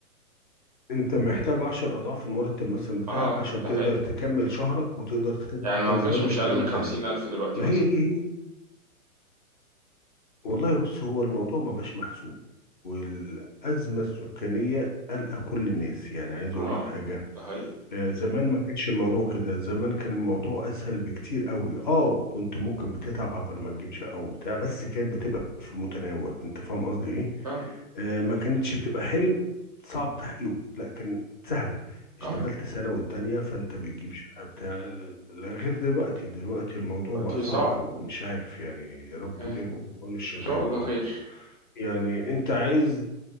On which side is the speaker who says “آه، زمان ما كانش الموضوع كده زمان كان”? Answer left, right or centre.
Left